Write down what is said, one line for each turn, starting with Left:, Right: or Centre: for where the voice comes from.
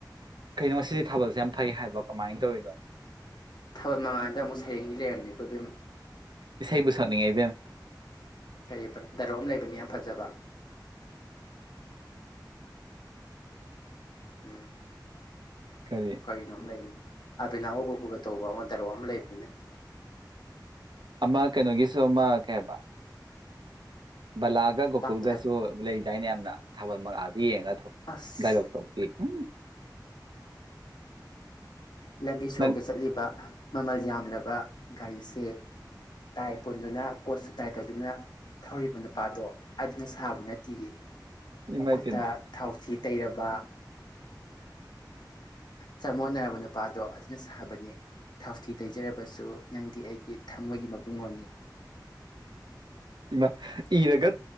Right: ꯀꯩꯅꯣ ꯁꯤꯗꯤ ꯊꯥꯕꯜꯁꯦ ꯌꯥꯝ ꯐꯩ ꯍꯥꯏꯕ ꯀꯃꯥꯏꯅ ꯇꯧꯔꯤꯅꯣ
Left: ꯊꯥꯜ ꯃꯉꯥꯟꯗ ꯑꯃꯨꯛ ꯁꯩꯦꯡꯒꯤ ꯂꯩꯔꯝꯃꯦ ꯑꯩꯈꯣꯏꯕꯝ
Right: ꯏꯁꯩꯕꯨ ꯁꯛꯅꯤꯡꯉꯩ ꯏꯕꯦꯝ
Left: ꯀꯔꯤ ꯗꯔꯣꯝ ꯂꯩꯕꯅꯤ ꯌꯥꯝ ꯐꯖꯕ ꯎꯝ
Right: ꯀꯔꯤ
Left: ꯀꯔꯤꯅꯣꯝ ꯑꯃ ꯂꯩꯕꯅꯤ ꯑꯕꯤꯦꯅꯥ ꯑꯕꯞꯄꯒ ꯇꯧꯕ ꯑꯃ ꯗꯔꯣꯛ ꯑꯃ ꯂꯩꯕꯅꯦ
Right: ꯑꯃ ꯀꯩꯅꯣꯒꯤꯁꯨ ꯑꯃ ꯀꯩ ꯍꯥꯏꯕ ꯕꯂꯥꯒ ꯒꯣꯀꯨꯜꯒꯁꯨ
Left: ꯄꯥꯝꯅ
Right: ꯂꯩ ꯏꯁ ꯑꯩꯅ ꯌꯥꯝꯅ ꯊꯥꯕꯜ ꯃꯥꯗ ꯌꯦꯡꯉꯒ
Left: ꯑꯁ
Right: ꯂꯥꯏꯕꯛ ꯇꯧꯕꯤ ꯎꯝ
Left: ꯂꯝꯕꯤ ꯁꯣꯔꯣꯛꯇ
Right: ꯅꯪ
Left: ꯆꯠꯂꯤꯕ ꯃꯃꯜ ꯌꯥꯝꯂꯕ ꯒꯥꯔꯤꯁꯦ ꯇꯥꯏ ꯄꯨꯣꯟꯗꯨꯅ ꯀꯣꯠꯁꯨ ꯇꯥꯏ ꯇꯧꯗꯨꯅ ꯊꯧꯔꯤꯕ ꯅꯨꯄꯥꯗꯣ ꯑꯗꯨꯅ ꯁꯥꯕ ꯅꯠꯇꯦ
Right: ꯏꯃꯥꯏ
Left: ꯃꯈꯨꯠꯇ
Right: ꯄꯦꯝꯃ
Left: ꯊꯥꯎꯊꯤ ꯇꯩꯔꯕ ꯆꯃꯣꯠꯅꯔꯕ ꯅꯨꯄꯥꯗꯣ ꯑꯗꯨꯅ ꯁꯥꯕꯅꯤ ꯊꯥꯎꯊꯤ ꯇꯩꯖꯔꯕꯁꯨ ꯅꯪꯗꯤ ꯑꯩꯒꯤ ꯊꯃꯣꯏꯒꯤ ꯃꯕꯨꯡꯣꯟꯅꯤ
Right: ꯏꯃꯥ ꯏꯔꯒ